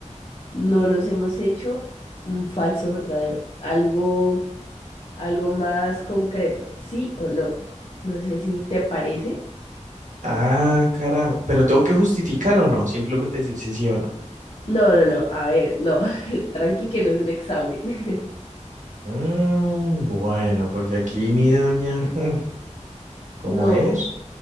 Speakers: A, on the left; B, on the right.
A: no nos hemos hecho un falso verdadero, algo, algo más concreto, sí o no. No sé si te parece.
B: Ah, carajo, pero tengo que justificar o no, simplemente decir sí, sí o no.
A: No, no, no, a ver, no, <laughs> tranqui que no es un examen. <laughs>
B: Mm, bueno, porque aquí mi doña, <laughs> mm, ¿cómo
A: No,
B: es?